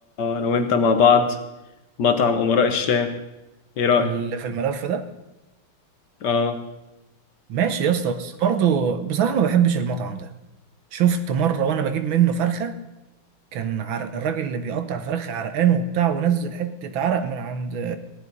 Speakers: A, on the left (about 60°); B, on the right (about 70°).
A: أنا وأنت مع بعض مطعم أمراء الشام إيه رأيك؟
B: اللي في الملف ده
A: آه
B: ماشي يا اسطى بس برضه بصراحه ما بحبش المطعم ده شفت مره وانا بجيب منه فرخه كان عرق الراجل اللي بيقطع الفراخ عرقان وبتاع ونزل حته عرق من عند